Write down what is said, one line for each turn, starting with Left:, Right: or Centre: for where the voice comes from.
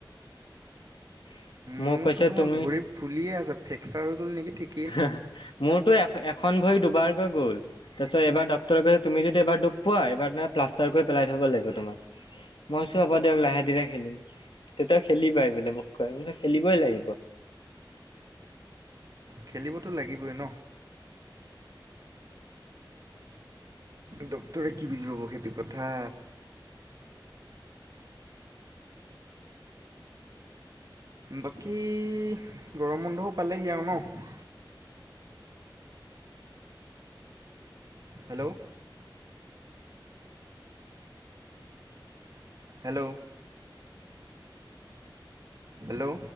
Left: <unintelligible>
Right: মোৰতো তোমাৰ
Left: তুমি
Right: ভৰি ফুলিয়ে আছে, ফ্ৰেকচাৰ হৈ গ'ল নেকি ঠিক
Left: <unintelligible> মোৰতো এখ এখন ভৰি দুবাৰকৈ গ'ল, তাৰপিছত এইবাৰ ডক্তৰে কৈছে তুমি যদি এবাৰ দুখ পোৱা এবাৰ প্লাষ্টাৰ কৰি পেলাই থ'ব লাগিব তোমাক। মই চোন আগতে লাহে ধিৰে খেলো, তেতিয়া খেলিবাই বোলে মোক কয় খেলিবই লাগিব।
Right: খেলিবতো লাগিবই ন। ডাক্তৰে কি বুজি পাব সেইটো কথা। বাকী, গৰম বন্ধও পালেহি আৰু ন? হেল্ল'। হেল্ল'। হেল্ল'।